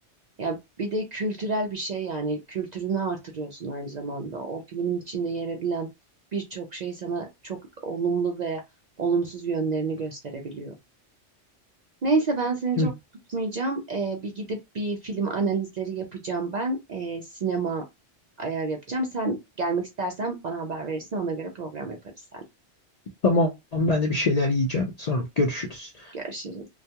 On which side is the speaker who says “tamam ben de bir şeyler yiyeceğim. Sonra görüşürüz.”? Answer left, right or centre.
Left